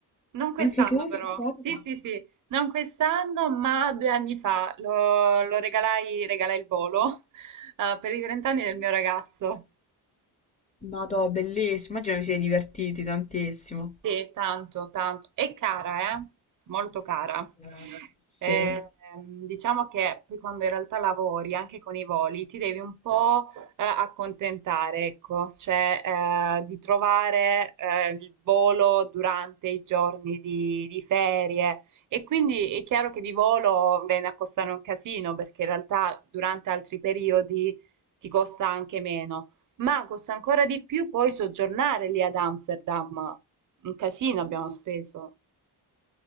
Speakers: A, on the right; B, on the left.
A: Non quest'anno
B: anche tu
A: però.
B: sei stata?
A: Sì, sì, sì, non quest'anno, ma due anni fa lo, lo regalai, regalai il volo eh, per i 30 anni del mio ragazzo.
B: Vado, bellissimo. Immagino vi siete divertiti tantissimo.
A: Sì, tanto, tanto. È cara, eh? Molto cara.
B: Eh, sì.
A: Eh, ehm, diciamo che poi quando in realtà lavori anche con i voli ti devi un po' eh, accontentare, ecco, cioè eh, di trovare eh, il volo durante i giorni di, di ferie e quindi è chiaro che di volo viene a costare un casino perché in realtà durante altri periodi ti costa anche meno, ma costa ancora di più poi soggiornare lì ad Amsterdam. Un casino abbiamo speso.